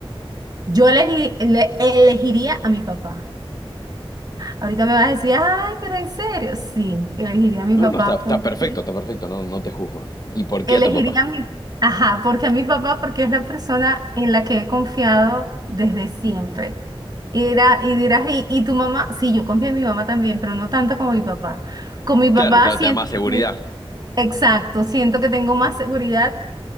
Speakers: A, on the right (about 40°); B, on the left (about 40°).
A: Yo elegí- le- elegiría a mi papá. Ahorita me vas a decir, ay, pero en serio. Sí, elegiría a mi
B: No,
A: papá
B: no, está, está
A: porque
B: perfecto, está perfecto, no, no te juzgo. ¿Y por qué
A: elegiría
B: a tu papá?
A: a mi, ajá, porque a mi papá porque es la persona en la que he confiado desde siempre. Y, dirá- y dirás, ¿y, y tu mamá? Sí, yo confío en mi mamá también, pero no tanto como mi papá. Con mi papá
B: Claro, claro,
A: siento,
B: te da más seguridad.
A: que- exacto, siento que tengo más seguridad,